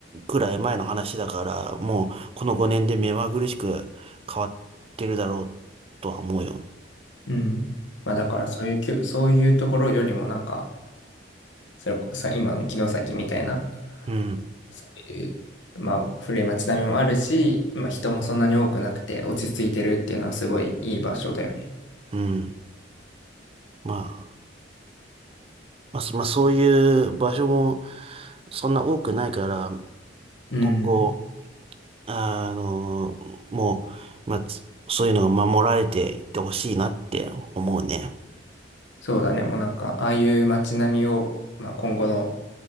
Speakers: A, on the right; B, on the left.
A: くらい前の話だから、もうこの5年で目まぐるしく変わってるだろうとは思うよ。
B: うん。まあだからそういうきゅ、そういうところよりもなんか、それこさ、今の城崎みたいな、
A: うん、
B: そういう、まあ古い街並みもあるし、まあ人もそんなに多くなくて落ち着いてるっていうのはすごいいい場所だよね。
A: うん。まあ、まあ、そまあ、そういう場所もそんな多くないから、
B: うん。
A: 今後、あの、もう、まあ、つそういうのが守られていってほしいなって思うね。
B: そうだね。もうなんか、ああいう街並みを、まあ今後の